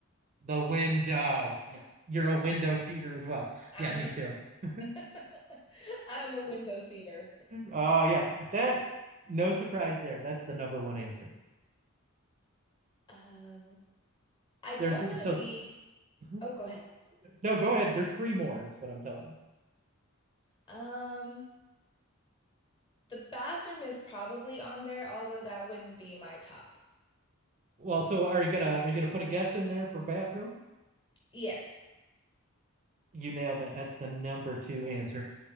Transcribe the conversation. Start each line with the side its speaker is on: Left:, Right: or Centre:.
Right: The window. Yeah, you're a window seater as well.
Left: I'm
Right: Yeah, me too. <laughs>
Left: <laughs> I'm a window seater.
Right: Oh yeah, that no surprise there. That's the number one answer.
Left: <laughs> um I don't
Right: There's
Left: want to
Right: so
Left: be
Right: <laughs>
Left: Oh, go ahead.
Right: no, go ahead. There's three more is what I'm telling you.
Left: Um the bathroom is probably on there, although that wouldn't be my top.
Right: Well, so are you gonna are you gonna put a guess in there for bathroom?
Left: Yes.
Right: You nailed it. That's the number two answer.